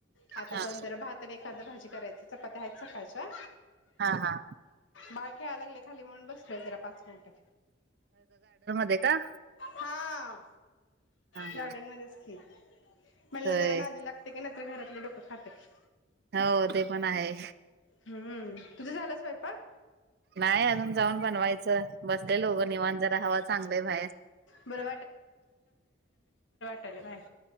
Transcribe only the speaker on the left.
आता
जाऊन जरा भातने एखाद भाजी करायची चपात्या आहेत सकाळच्या
बा ह अलाग खाली म्हणून बसल जरा पाच मिनिटं
हा गार्डन
मच की म्हणलं
जरा नादी लागते की घरातले डोकं खातात
हम्म तुझं झालं स्वयंपाक
बरं चांगली बाहेर